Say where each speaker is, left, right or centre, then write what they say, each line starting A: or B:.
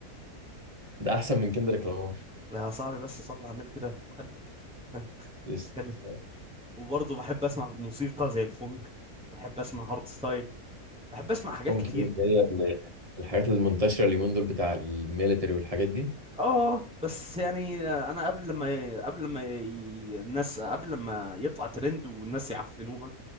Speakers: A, on the right; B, in the centre.
A: ده احسن من كندريك لامار
B: يا صاحبي بس صلي على النبي كده في قلبك <laughs>
A: لسه
B: خلي وبرضه بحب اسمع موسيقى زي الفونك بحب اسمع هارد ستايل بحب اسمع حاجات
A: فونكي
B: كتير
A: دي اللي هي ال- الحاجات المنتشره اليومين دول بتاع الميليتري والحاجات دي
B: اه بس يعني آه، انا قبل ما قبل ما ي- الناس قبل ما يطلع ترند والناس يعفنوها